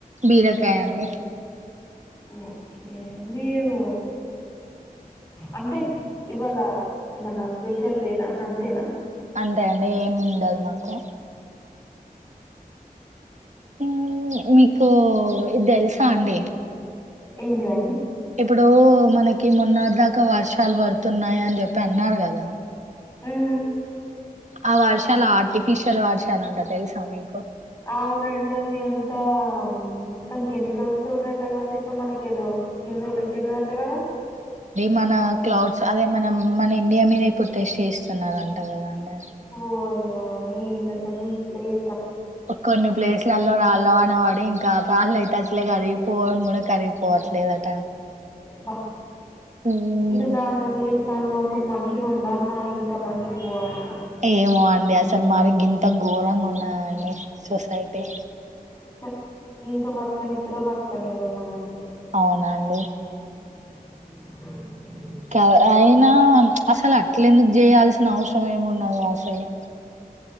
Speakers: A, on the right; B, on the left.
A: బీరకాయండి
B: ఓకే మీరు అంటె ఇవాళ ఏమన్నా స్పెషల్ లేదన అంతేనా
A: అంతే అండి ఏం ఉండదు మాకు ఉమ్ మీకూ ఇది తెలుసా అండి
B: ఎంటి దండి
A: ఇప్పుడూ మనకి మొన్నటి దాకా వర్షాలు పడుతున్నాయి అని జెప్పి అన్నారు కదా
B: ఉమ్
A: ఆ వర్షాలు ఆర్టిఫిషియల్ వర్షాలంట తెలుసా మీకు
B: అవునండి అవి అంతా మొత్తం కెమికల్స్ తోటండి అట్ట కాదు ఇప్పుడు మనకి ఏదో కిన్ ఎలర్జీ ఉంది ఆట కదా
A: మనా క్లౌడ్స్ అదే మనం మన ఇండియా మీద ఇప్పుడు టెస్ట్ చేస్తున్నారంట కదా అండి
B: ఓ అయ్య ఎందసలు ఇట్ల జె
A: కొన్ని ప్లేసులల్లో రాళ్ల వానపడి ఇంకా ఫ్యాన్ లైట్ అచ్చలే కరి పోన్ గూడా కరిగిపోవట్లేదుక్క
B: బ
A: ఉమ్
B: ఇగ దాని ఏ స్థాన్లో అసలు మనుష ఇక్కడ ఉండన్న ఇంత మనుషులు పోవన్న
A: ఏమో అండి అసల్ మరి గింత ఘోరంగా ఉన్నదండి సొసైటీ
B: ఛ ఇంత బతుకొని ఇద్దారు బతుకనిరు మనల్ని
A: అవునా అండి
B: <inaudible>
A: క అయినా చ్ అసలు అట్లేందుకు చేయాల్సిన అవసరం ఏమున్నదో అసలు.